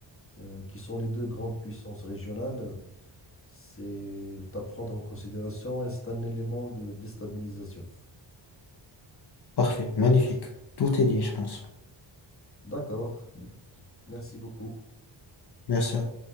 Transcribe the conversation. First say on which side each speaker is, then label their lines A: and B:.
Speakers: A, on the left (about 25°); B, on the left (about 50°).
A: euh, qui sont les deux grandes puissances régionales, euh, c'est à prendre en considération et c'est un élément de déstabilisation.
B: Parfait, magnifique. Tout est dit, je pense.
A: D'accord. Merci beaucoup.
B: Merci. à